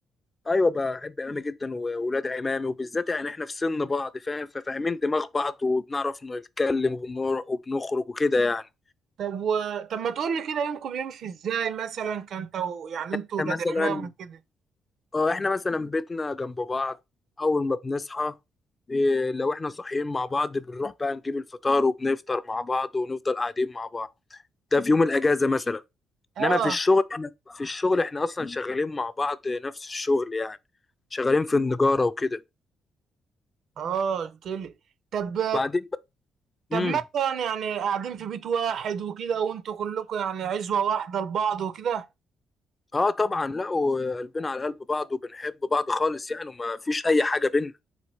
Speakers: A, on the left; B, on the right.
A: ايوه بحب عمامي جدا واولاد عمامي وبالذات يعني احنا في سن بعض فاهم ففاهمين دماغ بعض وبنعرف نتكلم وبنروح وبنخرج وكده يعني
B: طب و... طب ما تقول لي كده يومكم بيمشي ازاي مثلا كان تو... يعني انتوا
A: احنا
B: ولاد
A: مثلا
B: عمام وكده
A: اه احنا مثلا بيتنا جنب بعض اول ما بنصحى إيه، لو احنا صاحيين مع بعض بنروح بقى نجيب الفطار وبنفطر مع بعض ونفضل قاعدين مع بعض ده في يوم الاجازه مثلا
B: اه
A: انما في الشغل احنا في الشغل احنا اصلا شغالين مع بعض نفس الشغل يعني شغالين في النجارة وكده
B: اه قلت لي طب
A: وبعدين بقى
B: طب
A: امم
B: مثلا يعني قاعدين في بيت واحد وكده وانتوا كلكم يعني عزوة واحدة لبعض وكده
A: اه طبعا لا وقلبنا على قلب بعض وبنحب بعض خالص يعني وما فيش اي حاجة بينا